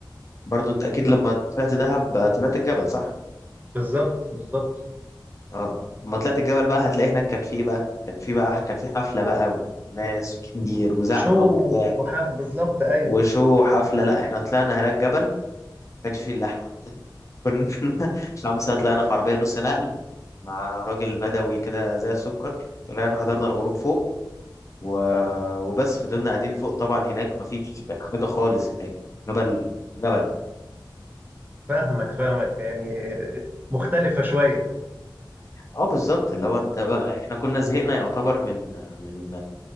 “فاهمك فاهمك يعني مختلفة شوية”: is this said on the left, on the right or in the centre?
Right